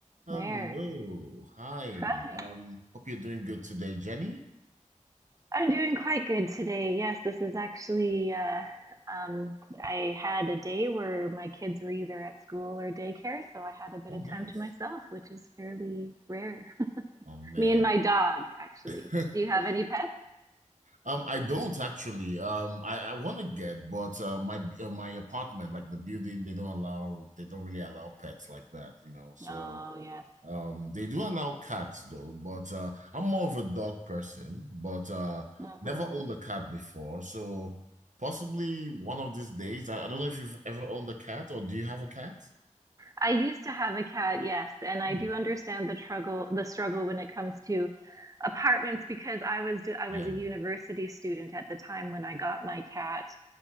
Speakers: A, on the right; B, on the right.
A: Hello.
B: There.
A: Hi.
B: Hi.
A: Um, hope you're doing good today, Jenny.
B: I'm doing quite good today. Yes, this is actually uh, um, I had a day where my kids were either at school or daycare, so I had a bit
A: Oh,
B: of
A: nice.
B: time to myself, which is fairly rare. <laughs>
A: Oh man.
B: Me and my dog, actually.
A: <laughs>
B: Do you have any pets?
A: Um, I don't actually. Um, I, I want to get, but uh, my uh, my apartment, like the building, they don't allow they don't really allow pets like that, you know. So
B: Oh, yes.
A: um, they do allow cats though, but uh, I'm more of a dog person, but uh,
B: hmm
A: never owned a cat before. So possibly one of these days. I, I don't know if you've ever owned a cat or do you have a cat?
B: I used to have a cat, yes, and I
A: Hmm.
B: do understand the struggle, the struggle when it comes to apartments because I was d- I was
A: Yeah.
B: a university student at the time when I got my cat